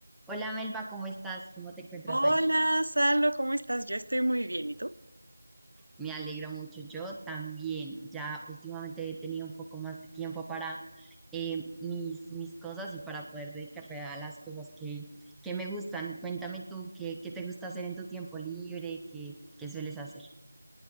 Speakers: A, in the centre; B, on the right (about 80°).
A: Hola Melba, ¿cómo estás? ¿Cómo te encuentras
B: Hola,
A: hoy?
B: Salo, ¿cómo estás? Yo estoy muy bien, ¿y tú?
A: Me alegro mucho. Yo también. Ya últimamente he tenido un poco más de tiempo para eh, mis, mis cosas y para poder dedicarle a las cosas que, que me gustan. Cuéntame tú, ¿qué, qué te gusta hacer en tu tiempo libre? ¿Qué, qué sueles hacer?